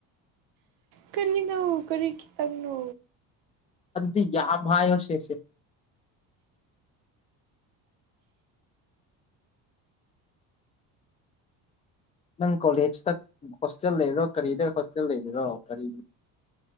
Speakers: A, on the right (about 80°); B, on the left (about 20°).
A: ꯀꯔꯤꯅꯣ ꯀꯔꯤ ꯈꯤꯇꯪꯅꯣ꯫
B: ꯑꯗꯨꯗꯤ ꯌꯥꯝ ꯍꯥꯏꯌꯣ ꯁꯦꯁꯦ꯫ ꯅꯪ ꯀꯣꯂꯦꯖꯇ ꯍꯣꯁꯇꯦꯜ ꯂꯩꯔꯤꯔꯣ ꯀꯔꯤꯗ ꯍꯣꯁꯇꯦꯜ ꯂꯩꯔꯤꯔꯣ ꯀꯔꯤ